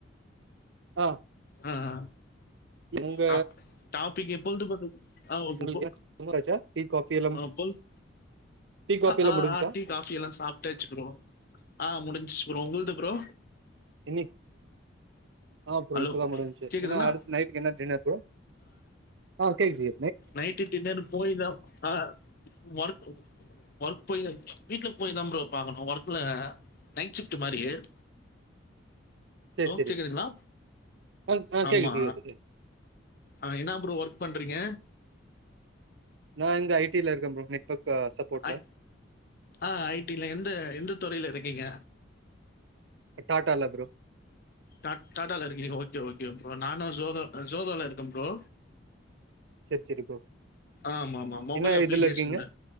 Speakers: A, on the right (about 65°); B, on the left (about 50°).
A: ஆ
B: ஆ ஆ ஆ
A: உங்க
B: டாப் டாப்பிக்க எப்போள்து கொட்டு ஆ ஓகேப்பு
A: உங்களுக்கு ஆச்சா டீ காஃபி எல்லாம்
B: ஆ பொல்ஸ்
A: டீ காஃபி
B: அஆ
A: எல்லாம் முடிஞ்ச்சா
B: ஆ டி தாஃபி எல்லா சாப்ட்டாச்சு ப்ரோ ஆ முடின்ச்சு ப்ரோ உங்கள்து ப்ரோ
A: இனி ஆ ப்ரோ
B: ஹலோ
A: இப்பதான் முடின்சசு
B: கேக்குதுங்களா
A: என்ன அடுத் நைட்டிக்கு என்ன டின்னர் ப்ரோ ஆ கேக்கிதே
B: நைட்டு டின்னரு பூயிதாவ் ஆ வர்க்கு வர்க் போயய் வீட்ல போய் தான் ப்ரோ பாக்கணு வர்க்ல நைட் ஷிஃப்ட் மாரியர்
A: செர் செரி
B: கேக்குதுங்களா?
A: அம் ஆ
B: ஆமா.
A: கேக்குத்து எதுக்குன்
B: ஆ என்னா ப்ரோ ஒர்க் பண்றீங்க
A: நா இந்த ஐடில இருக்க ப்ரோ நெட்பக்க சப்போட்ல
B: ஐ ஆ ஐடில எந்த எந்த துறைய்ல இருக்கீங்க
A: அ டாட்டால ப்ரோ
B: டாட் டாட்டால இருக்கீங்க ஓகே ஓகே ப்ரோ நானு ஜோலோ அ ஜோகோல இருக்கன் ப்ரோ
A: ச்செர் ச்செரி ப்ரோ
B: ஆமாமா மொபெல்
A: என்ன
B: அப்ளிகேஷன்ல
A: இதுல இருக்கீங்க